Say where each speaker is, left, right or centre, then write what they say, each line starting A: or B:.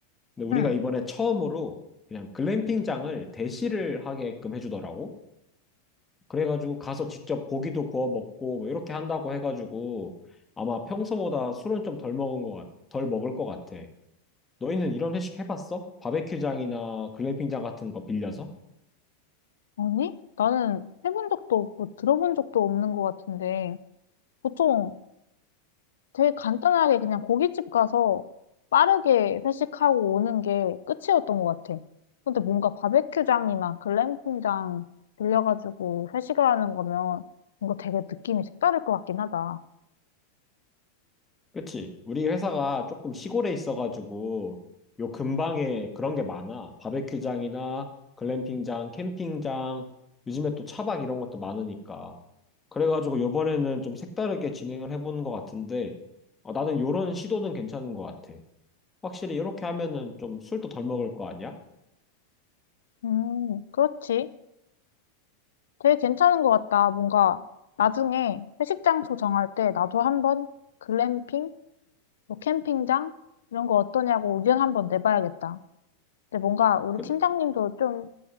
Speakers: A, on the left; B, on the left.
A: 근데 우리가
B: 응.
A: 이번에 처음으로 그냥 글램핑장을 대시를 하게끔 해주더라고. 그래가지고 가서 직접 고기도 구워 먹고 뭐 이렇게 한다고 해가지고 아마 평소보다 술은 좀 덜 먹은 것 같, 덜 먹을 것 같아. 너희는 이런 회식 해봤어? 바베큐장이나 글램핑장 같은 거 빌려서?
B: 아니? 나는 해본 적도 없고 들어본 적도 없는 것 같은데, 보통 되게 간단하게 그냥 고깃집 가서 빠르게 회식하고 오는 게 끝이었던 것 같아. 근데 뭔가 바베큐장이나 글램핑장 들려가지고 회식을 하는 거면 뭔가 되게 느낌이 색다를 것 같긴 하다.
A: 그치? 우리 회사가 조금 시골에 있어가지고 요 근방에 그런 게 많아. 바베큐장이나 글램핑장, 캠핑장, 요즘에 또 차박 이런 것도 많으니까. 그래가지고 요번에는 좀 색다르게 진행을 해보는 것 같은데 어, 나는 요런 시도는 괜찮은 것 같아. 확실히 이렇게 하면은 좀 술도 덜 먹을 거 아니야?
B: 음, 그렇지. 되게 괜찮은 것 같다. 뭔가 나중에 회식 장소 정할 때 나도 한번 글램핑, 뭐 캠핑장 이런 거 어떠냐고 의견 한번 내봐야겠다. 근데 뭔가 우리
A: 그래,
B: 팀장님도 좀